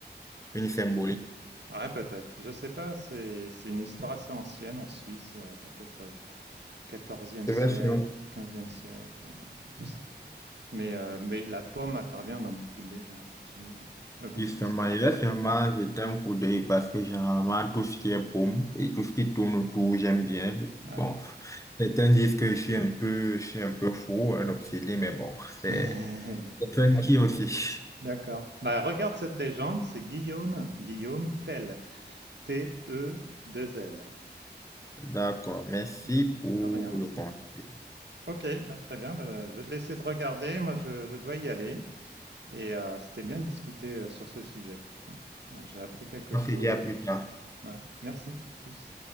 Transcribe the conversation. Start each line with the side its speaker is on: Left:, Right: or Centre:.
Left: une symbolique.
Right: Ouais, peut-être. Je sais pas, c'est c'est une histoire assez ancienne en Suisse, euh, peut-être euh, 14
Left: C'est
Right: siècle,
Left: vrai, c'est vrai.
Right: 15 siècle, euh, je sais pas. Mais, euh, mais la pomme intervient dans beaucoup de légendes, absolument. Euh, beaucoup
Left: Justement,
Right: d'histoires.
Left: justement,
Right: Mm.
Left: j'étais un coup d'œil parce que généralement, tout ce qui est pomme et tout ce qui tourne autour, j'aime bien.
Right: Ah
Left: Bon,
Right: ouais.
Left: certains disent que je suis un peu, je suis un peu fou, un obsédé, mais bon, c'est
Right: <laughs>
Left: c'est funky aussi.
Right: D'accord. Bah, regarde cette légende, c'est Guillaume, Guillaume Tell, t e deux l
Left: D'accord, merci
Right: Voilà,
Left: pour
Right: de rien.
Left: le conseil.
Right: Ok, bah, très bien. Bah, je vais te laisser te regarder. Moi, je, je dois y aller. Et euh, c'était bien de discuter euh, sur ce sujet. Ah, J'ai appris quelque
Left: On
Right: chose.
Left: se dit à plus tard.
Right: Ouais, merci. À plus.